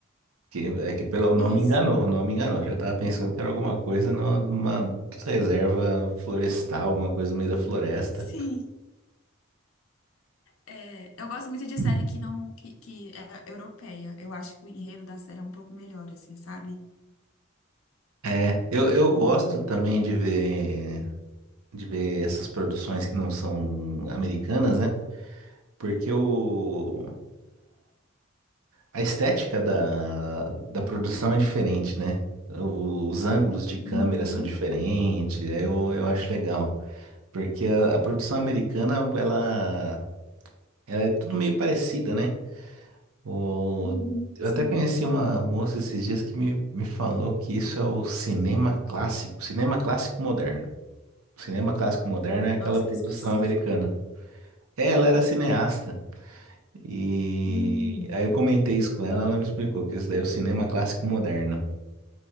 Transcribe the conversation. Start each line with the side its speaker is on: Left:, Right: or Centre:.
Right: Que, é que pelo nome
Left: Isso.
Right: enganou, o nome enganou. Eu já tava pensando que era alguma coisa numa, numa reserva florestal, alguma coisa no meio da floresta.
Left: Sim. É, eu gosto muito de
Right: Hum.
Left: série que não que, que é europeia. Eu acho que o enredo da série é um pouco melhor, assim, sabe?
Right: É, eu, eu
Left: E
Right: gosto também de ver, de ver essas produções que não são americanas, né? Porque o, A estética da, da produção é diferente, né? O- Os ângulos de câmera
Left: Uhum,
Right: são diferentes, é, eu, eu acho legal. Porque a, a produção americana, ela, ela é tudo meio parecida, né? O,
Left: uhum,
Right: eu
Left: sim.
Right: até conheci uma moça esses dias que me, me falou que isso é o cinema clássico, cinema clássico moderno. O cinema clássico moderno é aquela
Left: Nossa,
Right: produção
Left: que específico.
Right: americana. É, Ela era cineasta. E
Left: Hum,
Right: aí eu comentei isso com ela, ela me explicou que isso daí é o cinema clássico moderno.